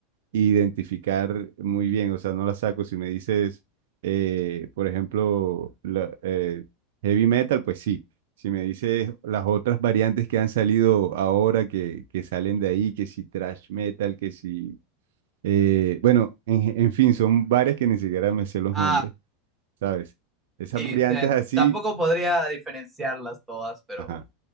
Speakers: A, on the right; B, on the right.
A: identificar muy bien, o sea, no la saco. Si me dices, eh, por ejemplo, la- eh, heavy metal, pues sí. Si me dices las otras variantes que han salido ahora, que, que salen de ahí, que si thrash metal, que si... eh, bueno, en, en fin, son varias que ni siquiera me sé los
B: Ah,
A: nombres, ¿sabes? Esas
B: sí,
A: variantes
B: eh,
A: así,
B: tampoco podría diferenciarlas todas, pero
A: ajá.